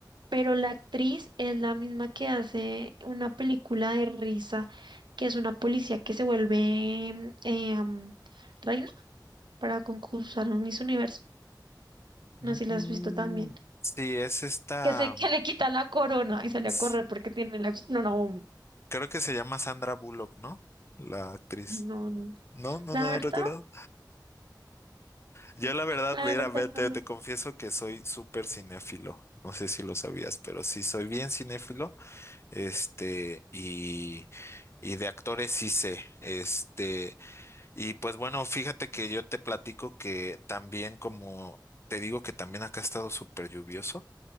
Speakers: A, on the right; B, on the left.
A: pero la actriz es la misma que hace una película de risa, que es una policía que se vuelve eh, am, reina para concursar en Miss Universo.
B: Mm,
A: No sé si la has visto también.
B: sí, es esta,
A: que se que le quitan la corona y sale
B: es-
A: a correr porque tiene la corona bomba.
B: creo que se llama Sandra Bullock, ¿no? La actriz.
A: Ay, no, no.
B: No, no,
A: La
B: no, no
A: verdad,
B: recuerdo. Yo la verdad,
A: la
B: mira,
A: verdad,
B: vete,
A: no.
B: te
A: no.
B: te confieso que soy súper cinéfilo. No sé si lo sabías, pero sí soy bien cinéfilo. Este, y, y de actores sí sé. Este, y pues bueno, fíjate que yo te platico que también, como te digo que también acá ha estado súper lluvioso,